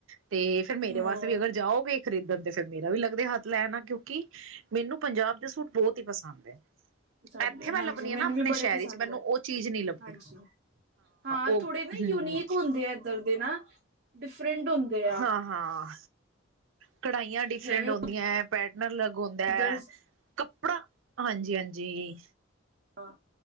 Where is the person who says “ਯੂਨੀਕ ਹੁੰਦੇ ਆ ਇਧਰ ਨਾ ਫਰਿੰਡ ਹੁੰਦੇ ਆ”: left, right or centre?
Right